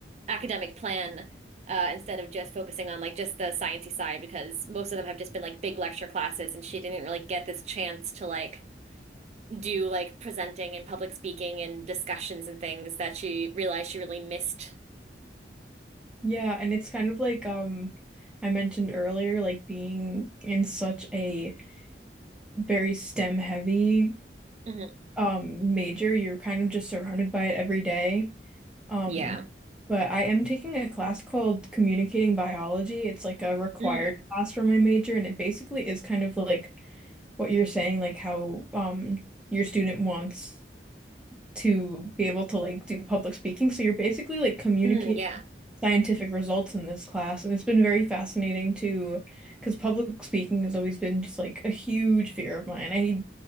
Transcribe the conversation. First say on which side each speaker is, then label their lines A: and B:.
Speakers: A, on the right (about 40°); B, in the centre.
A: academic plan uh, instead of just focusing on like just the sciencey side because most of them have just been like big lecture classes and she didn't really get this chance to like do like presenting and public speaking and discussions and things that she realized she really missed.
B: Yeah, and it's kind of like um I mentioned earlier, like being in such a very STEM heavy
A: hmm
B: um major, you're kind of just surrounded by it every day. Um,
A: Yeah.
B: but I am taking a class called Communicating Biology. It's like a required
A: mm
B: class for my major, and it basically is kind of like what you're saying, like how um your student wants to be able to like do public speaking. So you're basically like communicating
A: mm, Yeah.
B: scientific results in this class, and it's been very fascinating to, because public speaking has always been just like a huge fear of mine. I